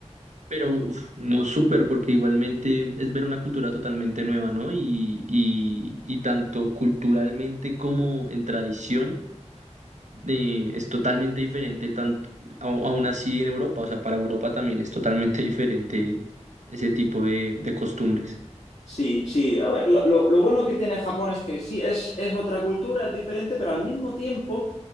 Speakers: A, on the right; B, on the left.
A: Pero uf, no súper, porque igualmente es ver una cultura totalmente nueva, ¿no? Y, y, y tanto culturalmente como en tradición eh, es totalmente diferente, tan, au- aún así en Europa, o sea, para Europa también es totalmente <laughs> diferente ese tipo de, de costumbres.
B: Sí, sí. A ver, lo, lo- lo bueno que tiene Japón es que sí, es, es otra cultura, es diferente, pero al mismo tiempo